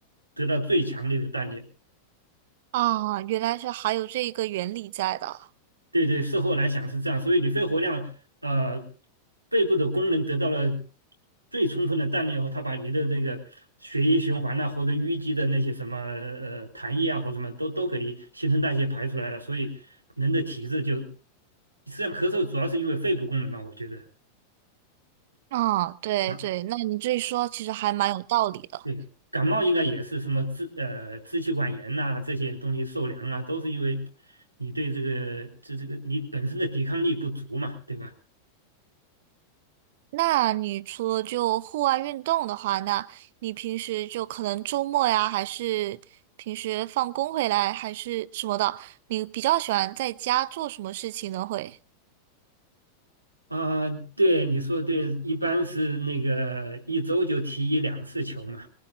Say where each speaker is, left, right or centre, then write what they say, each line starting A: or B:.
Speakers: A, on the right; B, on the right.
A: 得到最强烈的锻炼。
B: 啊，原来是还有这一个原理在的。
A: 对对，事后来想是这样，所以你肺活量，呃，肺部的功能得到了最充分的锻炼后，它把你的那个血液循环呐、或者淤积的那些什么呃痰液啊，或者什么都都给你新陈代谢排出来了，所以人的体质就实际上咳嗽主要是因为肺部功能嘛，我觉得
B: 啊，对对，
A: 啊，
B: 那你这一说其实还蛮有道理的。
A: 对，感冒应该也是什么支呃支气管炎呐、这些东西受凉啊，都是因为你对这个这这个你本身的抵抗力不足嘛，对吧？
B: 那你除了就户外运动的话，那你平时就可能周末呀，还是平时放工回来，还是什么的，你比较喜欢在家做什么事情呢？会
A: 啊，对，你说的对，一般是那个一周就踢一两次球嘛，